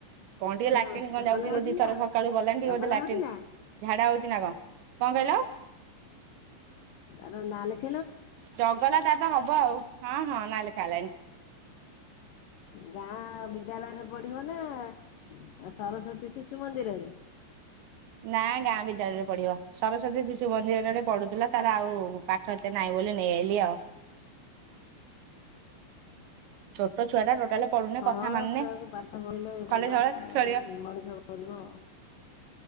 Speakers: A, on the right; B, on the left.
A: କଣ ଟିକେ
B: ହଁ
A: ଲାଟିନ୍ କଣ
B: ଚଗଲା
A: ଯାଉଚି
B: ହଉଛି
A: ଯେ ଥର
B: ନା
A: ସକାଳୁ ଗଲାଣି ଟିକେ
B: ଚଗଲା
A: ବୋଧେ ଲାଟିନ୍
B: ହଉଛି ନା
A: ଝାଡା ହଉଛି ନା କଣ, କଣ କହିଲ?
B: ହଁ ନା ଲେଖେ
A: ଚଗଲା ତାର ତ ହବ ଆଉ ହଁ ହଁ। ନାଁ ଲେଖା ହେଲାଣି
B: ଗାଁ ବିଦ୍ୟାଳୟରେ ପଢିବ ନା ଆ ସରସ୍ଵତୀ ଶିଶୁ ମନ୍ଦିରରେ?
A: ନା ଗାଁ ବିଦ୍ୟାଳୟରେ ପଢିବ, ସରସ୍ଵତୀ ଶିଶୁ ମନ୍ଦିରରେ ପଢୁଥିଲା ତାର ଆଉ ପାଠ ଏତେ ନାଇଁ ବୋଲି ନେଇ ଆଇଲି ଆଉ ଛୋଟ ଛୁଆ ଟା ଟୋଟାଲି ପଢୁନି
B: ହଁ
A: କଥା
B: ହଁ
A: ମାନୁନି
B: ଛୁଆକୁ ପାଠ ପଢିଲେ
A: ଖାଲି
B: ଭଲ
A: ସବୁବେଳେ
B: ନା ଆଉ
A: ଖେଳିବ
B: ମଣିଷ କରିବ।